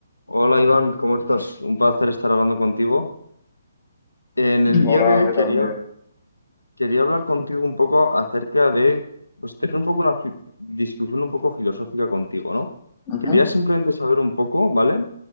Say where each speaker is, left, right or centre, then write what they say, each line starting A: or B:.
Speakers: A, on the left; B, on the left.
A: Hola Iván, ¿cómo estás? Un placer estar hablando contigo. En el
B: Hola,
A: día de hoy
B: ¿qué
A: quería,
B: tal? Muy bien.
A: quería hablar contigo un poco acerca de, pues tener un poco una fi- discusión un poco filosófica contigo, ¿no?
B: Ajá.
A: Quería simplemente saber un poco, ¿vale?